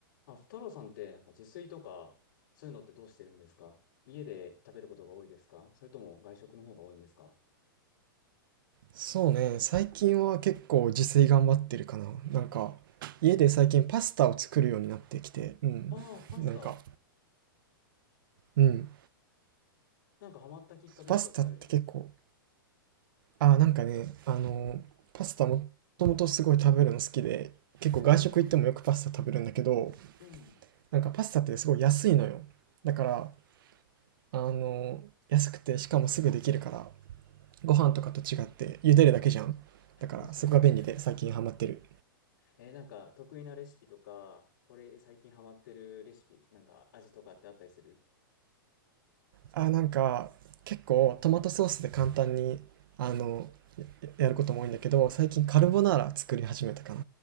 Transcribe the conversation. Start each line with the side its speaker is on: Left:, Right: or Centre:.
Left: あ、太郎さんって、なんか自炊とか、そういうのってどうしてるんですか家で食べることが多いですかそれとも外食の方が多いんですか
Right: そうね、最近は結構自炊頑張ってるかな。なんか、家で最近パスタを作るようになってきて、うん。
Left: ああ、パスタ。
Right: なんか、うん。
Left: なんかハマったきっかけとかってある
Right: パスタって結構、あ、なんかね、あの、パスタもともとすごい食べるの好きで、結構外食行ってもよくパスタ食べるんだけど、
Left: ええー、うん。
Right: なんかパスタってすごい安いのよ。だから、あの、安くてしかもすぐできるから、ご飯とかと違って茹でるだけじゃん。だから、
Left: 確かに確かに。
Right: そこが便利で最近ハマってる。
Left: えー、なんか得意なレシピとか、これ最近ハマってるレシピ、なんか味とかってあったりする
Right: あ、なんか、結構トマトソースで簡単に、あの、や、やることも多いんだけど、最近カルボナーラ作り始めたかな。